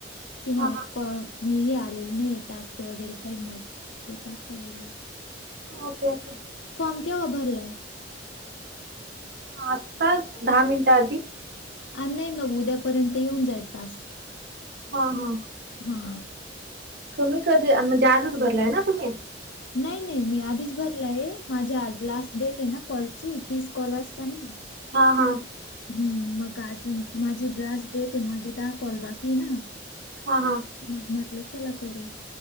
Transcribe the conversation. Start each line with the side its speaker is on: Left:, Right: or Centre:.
Left: कि,
Right: हा
Left: मला.
Right: हा
Left: कु व मी ही आलेल नाही टास्क वगैरे काही मग ते टाकता बरोबर.
Right: Okay okay.
Left: फॉर्म केव्हा भरलाय.
Right: आत्ताच दहा मिनिट आधी.
Left: आज नाही मग उद्यापर्यंत जाईल टास.
Right: हा, हा.
Left: हा
Right: तुम्ही कधी म्हणजे आजच भरलाय ना तुम्हीं?
Left: नाही, नाही मी आधीच भरला आहे, माझ्या लास्ट डेट आहे ना कॉलची तीस कॉल असता ना.
Right: हा, हा..
Left: हं.. मग आज माझी लास्ट डेट आहे, माझे दहा कॉल बाकी ये ना.
Right: हा, हा..
Left: मग म्हटलं चला करू.